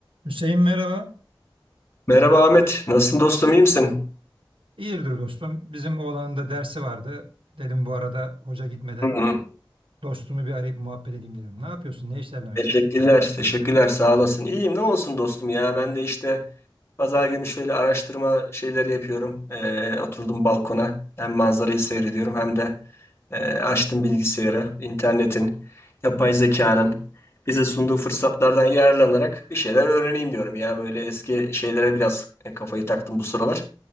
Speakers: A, on the right; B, on the left.
A: Hüseyin merhaba.
B: Merhaba Ahmet. Nasılsın dostum? iyi misin?
A: İyidir dostum. Bizim oğlanın da dersi vardı. Dedim bu arada hoca gitmeden
B: Hı hı.
A: dostumu bir arayıp muhabbet edeyim dedim. Ne yapıyorsun? Ne işlerle meşgul?
B: Teşekkürler. Teşekkürler. Sağ olasın. İyiyim. Ne olsun dostum ya. Ben de işte pazar günü şöyle araştırma şeyleri yapıyorum. Ee, oturdum balkona. Hem manzarayı seyrediyorum hem de e, açtım bilgisayarı. internetin, yapay zekanın bize sunduğu fırsatlardan yararlanarak bir şeyler öğreneyim diyorum ya. Böyle eski şeylere biraz e, kafayı taktım bu sıralar.